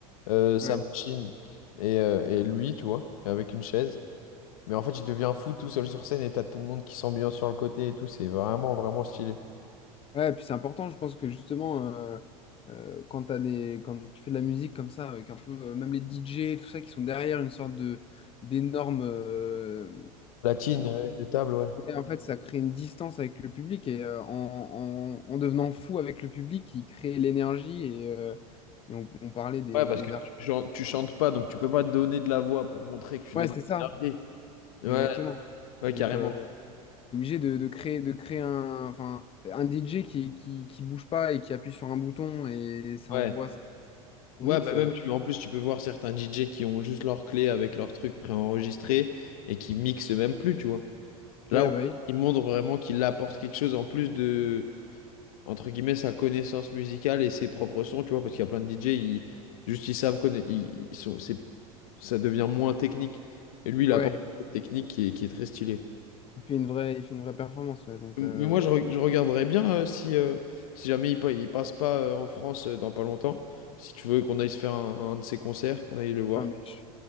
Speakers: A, on the left; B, on the left.
A: euh, sa
B: Ouais.
A: machine et, euh, et lui, tu vois, avec une chaise. Mais en fait, il devient fou tout seul sur scène et t'as tout le monde qui s'ambiance sur le côté et tout, c'est vraiment, vraiment stylé.
B: Ouais, puis c'est important, je pense que justement, euh, euh, quand t'as des, quand tu fais de la musique comme ça, avec un peu, euh, même les DJ, tout ça, qui sont derrière une sorte de d'énormes euh,
A: Platine, euh, de table, ouais.
B: Mais en fait, ça crée une distance avec le public et euh, en, en- en devenant fou avec le public, il crée l'énergie et, euh, et on, on parlait des,
A: Ouais, parce
B: des
A: que tu
B: artistes.
A: chantes, tu chantes pas, donc tu peux pas donner de la voix pour montrer que tu
B: Ouais,
A: donnes
B: c'est
A: de
B: ça,
A: l'énergie. Ouais,
B: exactement.
A: ouais,
B: Donc,
A: carrément.
B: euh, t'es obligé de, de créer, de créer un, enfin, un DJ qui, qui, qui bouge pas et qui appuie sur un bouton et ça
A: Ouais.
B: envoie ça. On
A: Ouais,
B: mixe.
A: bah même
B: euh,
A: tu, en plus tu peux voir certains DJ qui ont juste leur clé avec leur truc préenregistré et qui mixent même plus, tu vois. Là,
B: ouais,
A: on-
B: bah oui.
A: il montre vraiment qu'il apporte quelque chose en plus de, entre guillemets, sa connaissance musicale et ses propres sons, tu vois, parce qu'il y a plein de DJ, ils, juste ils savent connaître, ils, ils sont, c'est, ça devient moins technique. Et lui, il
B: Ouais,
A: apporte une technique qui est, qui est très stylée.
B: il fait une vraie, il fait une vraie performance. ouais. donc,
A: M-
B: euh,
A: Mais moi, je, re- je regarderais bien euh, si, euh, si jamais il, pa- il passe pas euh, en France euh, dans pas longtemps, si tu veux qu'on aille se faire un, un de ses concerts, qu'on aille le voir.
B: ah, mais je-